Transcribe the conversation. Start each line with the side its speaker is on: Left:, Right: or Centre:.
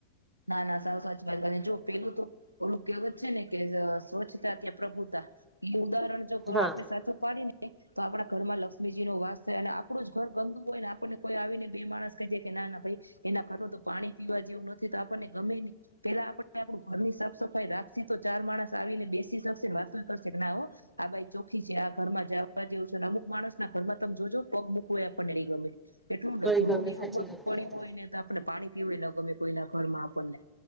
Right: ના ના સાવ સાચી વાત કરીને જો પેલું તો ઓલું કેહેવત છે ને કે સ્વચ્છતા ત્યાં પ્રભુતા એ ઉદાહરણ જો આપડણે
Centre: હા
Right: સાચો પાડીને તો આપડા ઘરમાં લક્ષ્મીજી નો વાસ થાય અને આપણું જ ઘર ગંદુ હોય ને આપણને કોઈ આવી ને બે માણસ કજે કે ના ના ભાઈ એના ઘર તો પાણી પીવા જેવું નથી. તો આપણને ગમે નહી પેલા આપ આપણું ઘરની સાફ સફાઈ રાખશ તો ચાર માણસ આવીને બેસી શકશેને વાતો કરશે ના હો આ બાઈ ચોખી છે આ ઘરમાં જવા જેવું છેનેમ માણસ ના ઘરમાં તમે જોજો પગ મૂકવય એ આપણને નહિ ગમે. એટલું ડખરું
Centre: તો એ ગમે
Right: ને એવું
Centre: સાચી
Right: બધું
Centre: વાત
Right: પડ્યું
Centre: કીધી
Right: હોય ને તો આપણે પાણી એવું એ લોકો કોઈના ઘર માં આપણને